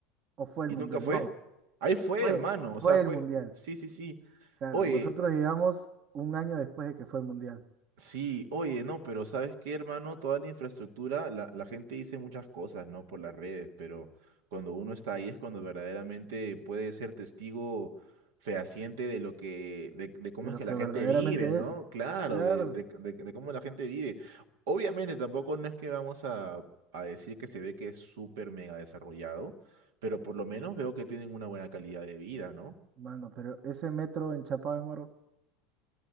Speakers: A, on the right; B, on the right.
A: o fue el
B: ¿Y
A: mundial,
B: nunca fue?
A: no,
B: Ahí fue,
A: fue,
B: hermano. O
A: fue
B: sea, fue.
A: el mundial.
B: Sí, sí, sí.
A: Claro,
B: Oye,
A: nosotros llegamos un año después de que fue el mundial,
B: Sí, oye, no, pero ¿sabes qué, hermano? Toda la infraestructura, la, la gente dice muchas cosas, ¿no? Por las redes, pero cuando uno está ahí es cuando verdaderamente puede ser testigo fehaciente de lo que, de, de cómo
A: de
B: es
A: lo
B: que
A: que
B: la gente
A: verdaderamente
B: vive, ¿no?
A: es.
B: Claro,
A: Claro,
B: de, de, de- de cómo la gente vive. Obviamente tampoco no es que vamos a, a decir que se ve que es súper mega desarrollado, pero por lo menos veo que tienen una buena calidad de vida, ¿no?
A: mano, pero ese metro enchapado en oro,